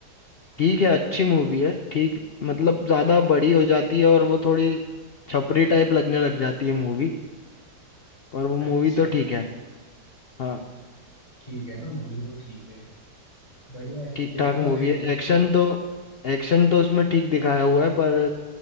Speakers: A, on the left; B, on the left.
A: ठीक है अच्छी मूवी है ठीक मतलब ज्यादा बड़ी हो जाती है और वो थोड़ी छपरी टाइप लगने लग जाती है मूवी पर वो मूवी
B: अच्छा
A: तो ठीक है हाँ
B: ठीक है ना मूवी तो ठीक है बढ़िया है
A: ठीक
B: देखूंगा
A: ठाक मूवी
B: फिर
A: है
B: कभी
A: एक्शन तो एक्शन तो उसमें ठीक दिखाया हुआ है पर